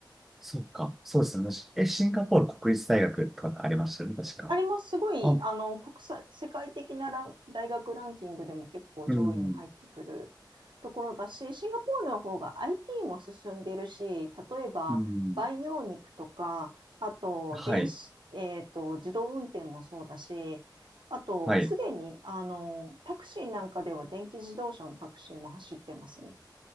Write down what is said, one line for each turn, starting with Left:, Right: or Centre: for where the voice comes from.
Centre: そうか。そうですよね。え、シンガポール国立大学とかありましたよね、確か。
Right: あります。すごい、
Centre: あ、
Right: あの、国際、世界的なラン大学ランキングでも結構上位に入ってくるところだし、
Centre: うん。
Right: シンガポールの方が IT も進んでるし、例えば培養肉とか、
Centre: うん。
Right: あと電子、
Centre: はい。
Right: えーと、自動運転もそうだし、あと、
Centre: はい。
Right: すでに、あの、タクシーなんかでは電気自動車のタクシーも走ってますね。